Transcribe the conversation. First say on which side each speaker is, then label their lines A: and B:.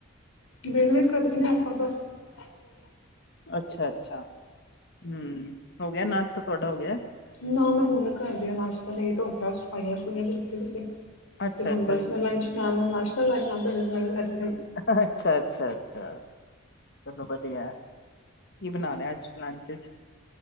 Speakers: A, on the left; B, on the left.
A: ਵਿਹਲੇ ਘਰੇ ਨ ਆਪਾਂ ਤਾਂ <unintelligible>
B: ਅੱਛਾ ਅੱਛਾ ਹਮ ਹੋ ਗਿਆ ਨਾਸ਼ਤਾ ਤੁਹਾਡਾ ਹੋ ਗਿਆ
A: ਨਾ ਮੈਂ ਹੁਣ ਕਰ ਰਿਹਾ ਨਾਸ਼ ਤਾਂ ਲੇਟ ਹੋ ਗਿਆ ਸਫਾਈਆਂ ਸਫੁਈਆਂ ਲਗੇ ਦੇ ਸੀ
B: ਅੱਛਾ-ਅੱਛਾ,
A: ਤੇ ਹੁਣ ਬਸ ਮੈਂ ਲੰਚ ਬਣਾ ਲਾਂ ਨਸ਼ਕਾਰ ਮਤ
B: ਅੱਛਾ ਅੱਛਾ ਅੱਛਾ ਚਲੋ ਵਧੀਆ ਕੀ ਬਣਾ ਰਿਹਾ ਤੁਸੀਂ ਲੰਚ ਚ